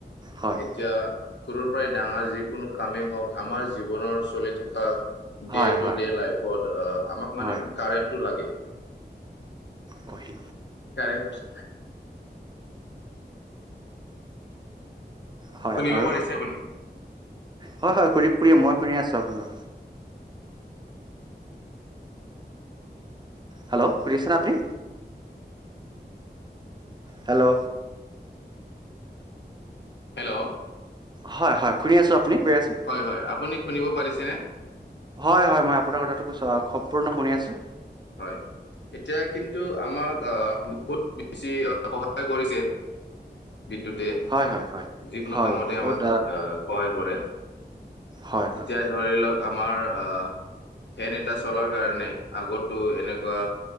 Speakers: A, on the right; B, on the left.
A: হয়
B: এতিয়া, সৰুৰ পৰাই, ডাঙৰ যিকোনো কামেই হওঁক, আমাৰ জীৱনৰ চলি থকা
A: হয়
B: ডে
A: হয়
B: টু ডে লাইফত, অ' আমাক
A: হয়
B: মানে, কাৰেণ্টটো লাগে।
A: হয়।
B: কাৰেন্ট
A: হয়
B: শুনিব
A: আৰু
B: পাৰিছে আপুনি?
A: হয়, হয়, <unintelligible> মই শুনি আছোঁ, আপোনাৰ কথা। হেল্ল'! শুনিছেনে আপুনি? হেল্ল'!
B: হেল্ল'!
A: হয়, হয়, শুনি আছোঁ। আপুনি কি কৰি আছে?
B: হয়, হয়, আপুনি শুনিব পাৰিছেনে?
A: হয়, হয়, মই আপোনাৰ কথাটো, <unintelligible> সম্পূৰ্ণ শুনি আছোঁ।
B: হয়! এতিয়া কিন্তু, আমাক আঁ বহুত বেছি সহায় কৰিছে। বিদ্যুতে।
A: হয় হয় হয়
B: যিকোনো
A: হয়
B: কামতে
A: বহুত
B: আমাক আঁ সহায় কৰে।
A: হয় হয়
B: এতিয়া, ধৰি লওঁক, আমাৰ আঁ ফেন এটা চলাৰ কাৰণে, আগত তো এনেকুৱা